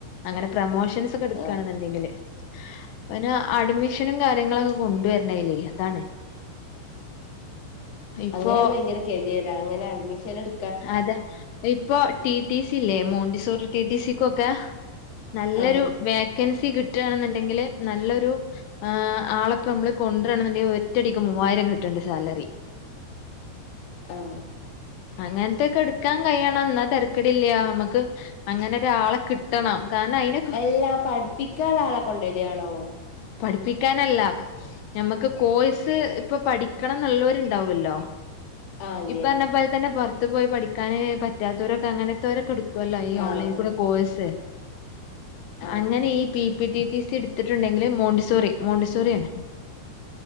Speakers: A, on the left; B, on the left.
A: അങ്ങനെ പ്രമോഷൻസൊക്കെട്ക്കാണ്ന്ന്ണ്ടെങ്ങ്ങ്കില്
B: ആഹ്
A: പിന്നെ അഡ്മിഷനും കാര്യങ്ങളൊക്കെ കൊണ്ടുവര്ണയ്ലേ അതാണ് ഇപ്പോ
B: അങ്ങനാവ്മ്പൊ ഭയങ്കര കെതിയേടാ അങ്ങനഡ്മിഷനിട്
A: അതെ ഇപ്പൊ ടി ടി സില്ലേ മോണ്ടിസോറി ടി ടി സിക്കൊക്കെ നല്ലൊരു
B: ആഹ്
A: വേക്കൻസി കിട്ടാണ്ന്ന്ണ്ടെങ്കില് നല്ലൊരു ആ ആളെപ്പോ മ്മള് കൊണ്ടുവരണുന്നുണ്ടെങ്കിൽ ഒറ്റയടിക്ക് മൂവായിരം കിട്ടണ്ട് സാലറി
B: ആഹ്
A: അങ്ങനത്തെക്കെ എടുക്കാൻ കഴിയണം എന്നാ തരക്കടില്ല്യ നമുക്ക് അങ്ങനെ ഒരാളെ കിട്ടണം കാരണം അയിന
B: എല്ലാ പഠിപ്പിക്കാള്ള ആളെ കൊണ്ടരാണോ?
A: പഠിപ്പിക്കാനല്ല. ഞമ്മക്ക് കോഴ്സ് ഇപ്പൊ പഠിക്കണം ന്ന്ള്ളോര്ണ്ടാവൊല്ലോ.
B: ആഹ് അങ്ങനെ
A: ഇപ്പറഞ്ഞ പോലെ തന്നെ പൊറത്തു പോയ് പഠിക്കാന് പറ്റാത്തോരൊക്കെ അങ്ങനത്തോരൊക്കെ എടു തും അല്ല ഈ
B: ആഹ്
A: ഓൺലൈനിൽ കൂടെ കോഴ്സ്
B: ആഹ്
A: അങ്ങനെ ഈ P P T T C ഇടുത്തിട്ടുണ്ടെങ്കില് മോണ്ടിസോറി മോണ്ടിസോറിയാണ്.